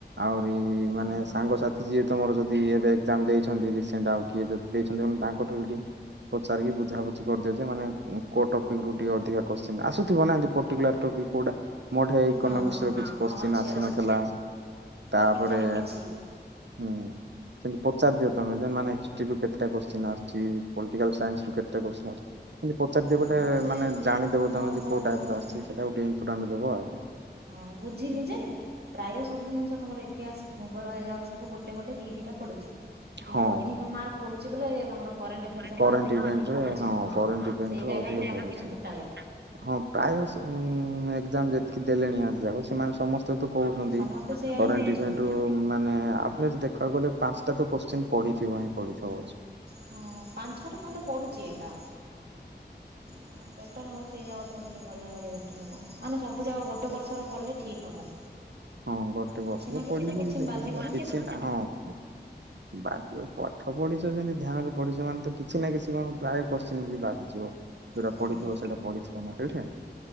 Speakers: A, on the right; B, on the right.
A: ଆହୁରି
B: ହଁ
A: ମାନେ
B: ହଁ
A: ସାଙ୍ଗସାଥି
B: ହଁ
A: ଯିଏ। ତମର ଯଦି ଏବେ ଏକ୍ଜାମ ଦେଇଛନ୍ତି ରିସେଣ୍ଟ ଆଉ କିଏ ଯଦି ଦେଇଛନ୍ତି ତମେ ତାଙ୍କଠୁ ବି ଟିକେ। ପଚାରିକି ବୁଝାବୁଝି କରିଦିଅ ଯେ ମାନେ କୋଉ ଟପିକ୍ରୁ ଟିକେ ଅଧିକା କୋଶ୍ଚିନ୍ ଆସୁଥିବ ନା ଏମିତି ପର୍ଟିକୁଲାର ଟପିକ୍। କୋଉଟା। ମୋଠେ ଇକୋନୋମିକ୍ସ
B: ହଁ ହଁ
A: ର
B: ହଁ
A: କିଛି କୋଶ୍ଚିନ୍
B: ହଁ ଅଛି
A: ଆସିନଥିଲା
B: ଅଛି
A: ତାପରେ।
B: ଟପିକ୍ ଯାକ ଅଛି
A: ହୁଁ ସେମତି ପଚାରି ଦିଅ ତମ ଯେ ମାନେ ହିଷ୍ଟ୍ରିରୁ କେତେଟା କୋଶ୍ଚିନ୍ ଆସ ପଲିଟିକାଲ ସାଇନ୍ସ ରୁ କେତୋଟା କୋଶ୍ଚିନ୍ ଆସ ସେମିତି ପଚରିଦିଅ ବୋଇଲେ
B: ହଁ ସେ
A: ମାନେ ଜାଣିଦେବ ତମେ
B: ଆଉ
A: ଯେ
B: ମୁଁ
A: କୋଉ ଟାଇପ୍ ଆସୁଛି ସେଇଟା କୁ ଟିକେ ଇମ୍ପୋର୍ଟାଣ୍ଟ ଦେବ ଆଉ।
B: ହଁ ବୁଝିଲି ଯେ ପ୍ରାୟ ସବୁ ଜିନିଷ ତମର ଇତିହାସ ଭୂଗୋଳ ଏଜାକ ସ ସବୁ ଗୋଟେ ଗୋଟ ଦି ଦିଟା ପଡୁଛି। କିନ୍ତୁ
A: ହଁ।
B: ଅଧିକ ମାର୍କ ପଡୁଛି ବୋଲେ ତମର କରେଣ୍ଟ ଏଫେୟାରସ୍ ଏକା
A: କରେଣ୍ଟ
B: ଅଧିକ
A: ଇଭେଣ୍ଟରେ
B: ମାର୍କ ପଡୁଛି ହଁ।
A: କରେଣ୍ଟ ଇଭେଣ୍ଟରେ
B: ସେଇଟା
A: ଅଧିକ
B: ଏକା ପିଲା
A: ପଡୁଛି।
B: କହୁଛନ୍ତି ପ୍ରାୟ।
A: ହଁ ପ୍ରାୟ ସ୍ ଉଁ ଏକ୍ଜାମ ଯେତିକି ଦେଲେଣି ଆଜି ଯାକ। ସେମାନେ ସମସ୍ତେ ତ କହୁଛନ୍ତି
B: ସମସ୍ତେ ସେଇଆ
A: କରେଣ୍ଟ
B: ହିଁ କହୁଛନ୍ତି।
A: ଇଭେଣ୍ଟ ରୁ। ମାନେ ଆଭରେଜ ଦେଖିବାକୁ ଗଲେ ପାଞ୍ଚଟା ତ କୋଶ୍ଚିନ୍ ପଢିଥିବ ହିଁ ପଢିଥିବ।
B: ହଁ ପାଞ୍ଚ ଛଅଟା ଖଣ୍ଡେ ପଡୁଛି ଏକା। ହଁ ବେଟର ହବ ସେଇରାକ ପଢିକି ଗଲେ ଆହୁରି ବି। ବେଟର ମାନେ ସବୁଯାକ ଗୋଟେ ବର୍ଷର ପଢ଼ିଲେ ଠିକ୍ ହବ।
A: ହଁ ଗୋଟେ ବର୍ଷ
B: କିଛି ନା
A: ବି
B: କିଛି
A: ପଢିକି
B: ତ କୋଶ୍ଚିନ୍ ବାଜିବ
A: କିଛି
B: ନା ସେଠୁ
A: ନାହିଁ ହଁ। ବାଜିବ ପାଠ ପଢିଛି। ତ ଯେମିତି ଧ୍ୟାନରେ ପଢିଛ ମାନେ ତ କିଛି ନା କିଛି କଣ ପ୍ରାୟ କୋଶ୍ଚିନ ବି ବାଜିଯିବ ଯୋଉଟା
B: ହଁ।
A: ପଢିଥିବ ସେଇଟା। <unintelligible>